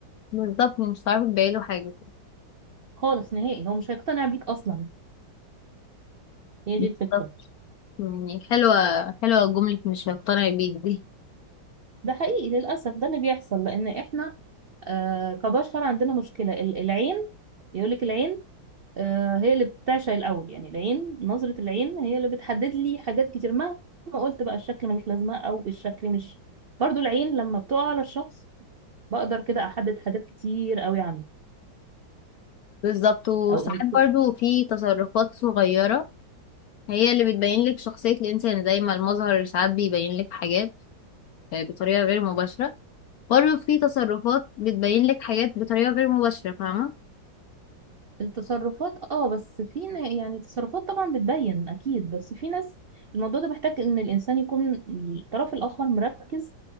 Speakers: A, on the left (about 70°); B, on the right (about 90°).
A: بالظبط مش هتعرفي تبيعي له حاجة
B: خالص نهائي هو مش هيقتنع بيك اصلا هي
A: بالظبط
B: دي الفكرة
A: يعني حلوة حلوة جملة مش هقتنع بيك دي
B: ده حقيقي للأسف ده اللي بيحصل لأن احنا آه كبشر عندنا مشكلة ال- العين يقولك العين آه، هي اللي بتعشق الأول يعني العين نظرة العين هي اللي بتحدد لي حاجات كتير مهما قلت بقى الشكل ملوش لازمة أو الشكل مش برضو العين لما بتقع على الشخص بقدر كده أحدد حاجات كتير قوي عنه
A: بالظبط وساعات
B: أو إن-
A: برضو في تصرفات صغيرة هي اللي بتبين لك شخصية الإنسان زي ما المظهر ساعات بيبين لك حاجات آه، بطريقة غير مباشرة برضو في تصرفات بتبين لك حاجات بطريقة غير مباشرة فاهمة
B: التصرفات اه بس في ن- يعني التصرفات طبعا بتبين أكيد بس في ناس الموضوع ده محتاج إن الإنسان يكون الطرف الآخر مركز